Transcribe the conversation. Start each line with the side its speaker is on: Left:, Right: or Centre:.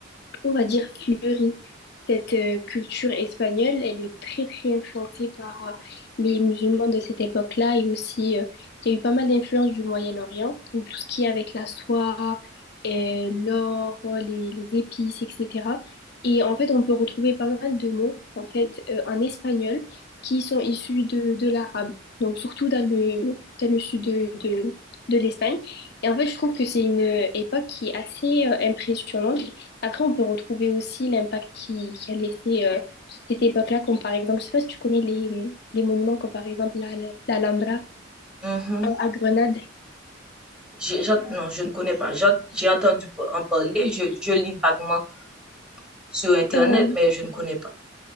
Left: on va dire, fleurie. Cette euh, culture espagnole, elle est très très influencée par euh, les musulmans de cette époque-là et aussi euh, il y a eu pas mal d'influences du Moyen-Orient, donc tout ce qui est avec la soie, euh, l'or, les, les épices, etc. Et en fait, on peut retrouver pas mal de mots en fait euh, en espagnol qui sont issus de, de l'arabe, donc surtout dans le, dans le sud de, de, de l'Espagne. Et en fait, je trouve que c'est une euh, époque qui est assez euh, impressionnante après, on peut retrouver aussi l'impact qui, qui a laissé euh, cette époque-là, comme par exemple, je sais pas si tu connais les, les monuments, comme par exemple la, l'Alhambra
Centre: Mhm.
Left: euh, à Grenade.
Centre: J'ai- j'en- non, je ne connais pas. J'en- J'ai entendu en parler, je, je lis vaguement sur Internet,
Left: Euh,
Centre: mais je ne connais pas.